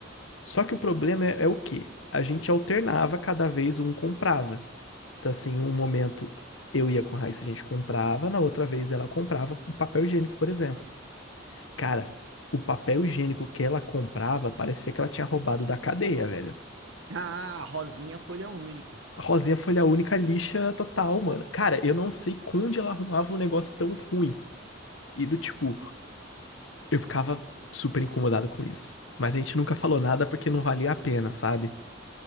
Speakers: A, on the left (about 85°); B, on the right (about 75°).
A: Só que o problema é, é o quê? A gente alternava, cada vez um comprava. Então, assim, um momento eu ia com a Raíssa, a gente comprava, na outra vez ela comprava o papel higiênico, por exemplo. Cara, o papel higiênico que ela comprava parecia que ela tinha roubado da cadeia, velho.
B: Ah, Rosinha folha única.
A: A Rosinha foi a única lixa total, mano. Cara, eu não sei onde ela arrumava um negócio tão ruim. E do tipo, eu ficava super incomodado com isso. Mas a gente nunca falou nada porque não valia a pena, sabe?